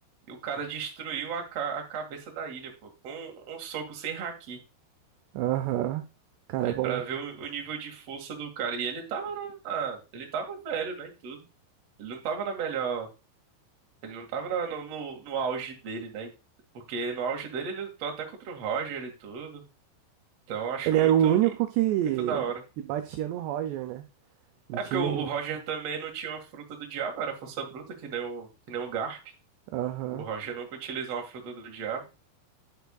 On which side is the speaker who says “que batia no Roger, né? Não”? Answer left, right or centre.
Right